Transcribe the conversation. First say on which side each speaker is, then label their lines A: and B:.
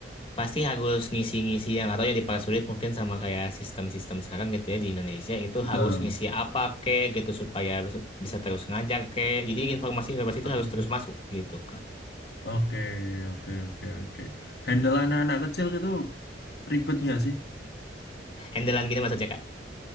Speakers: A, on the left; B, on the left.
A: pasti harus ngisi-ngisi yang atau ya dipersulit mungkin sama kayak sistem-sistem sekarang gitu ya di Indonesia itu
B: Betul.
A: harus ngisi apa kek gitu supaya bis- bisa terus ngajar kek jadi informasi-informasi itu
B: Oh,
A: harus terus masuk gitu kak
B: Oke, oke, oke, oke. Handle anak-anak kecil gitu ribet nggak sih?
A: handlean gini maksudnya kak